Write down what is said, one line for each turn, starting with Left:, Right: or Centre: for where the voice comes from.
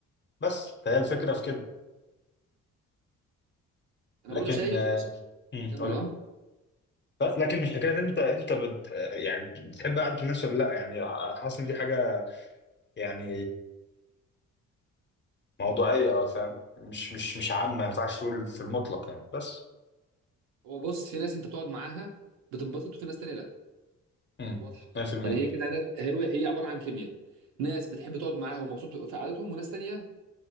Left: بس فهي الفكره في كده
Right: انا
Left: لكن
Right: برضو شايف
Left: آه،
Right: بص-
Left: امم
Right: كمل
Left: قول
Right: اه
Left: بس لكن مش حكايه انت انت بت يعني بتحب قعده الناس ولا لا يعني حاسس ان دي حاجه يعني موضوعيه اه فاهم مش مش مش عامه ما ينفعش تقول في المطلق يعني بس
Right: هو بص في ناس انت بتقعد معاها بتنبسط وفي ناس تانية لا
Left: امم
Right: واضحه
Left: 100%
Right: يعني هي كده ناس هو هي عباره عن كيمياء ناس بتحب تقعد معاها ومبسوط في قعدتهم وناس تانية